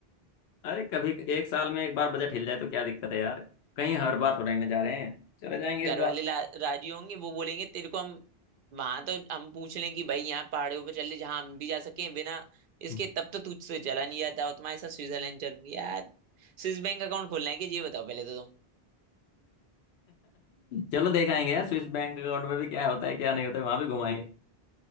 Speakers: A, on the left; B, on the right.
A: <laughs> अरे कभी एक साल में एक बार बजट हिल जाए तो क्या दिक्कत है यार कहीं हर बार थोड़ा ना जा रहे हैं चले जाएंगे
B: घर
A: इस बार
B: वाले ला- राजी होंगे वो बोलेंगे तेरे को हम वहां तो हम पूछ लें कि भाई यहाँ पहाड़ियों पर चल ले जहाँ हम भी जा सकें बिना इसके
A: <laughs>
B: तब तो तुझसे चला नहीं जाता और तुम्हारे साथ स्विट्जरलैंड चलूंगी यार स्विस बैंक अकाउंट खोलना है कि ये बताओ पहले तो तुम
A: चलो देख आएंगे यार स्विस बैंक अकाउंट में भी क्या होता है क्या नहीं होता है वहां भी घुमाएंगे